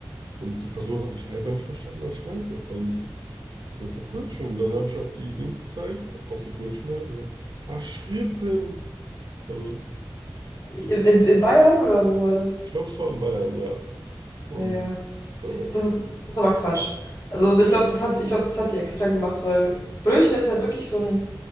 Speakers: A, on the right; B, on the left.
A: Und die Person hat mich einfach nicht verstanden, was ich meinte. Und ich habe gesagt, ja, Brötchen. Und dann habe ich auf die Dings gezeigt, auf die Brötchen halt. Und so, ah, Schrippen. Also,
B: In, in, in Bayern oder wo war das?
A: ich glaube, es war in Bayern, ja. Und
B: Ja, ja.
A: äh,
B: Das das ist, das ist aber Quatsch. Also ich glaube, das hat, ich glaube, das hat die extra gemacht, weil Brötchen ist ja wirklich so ein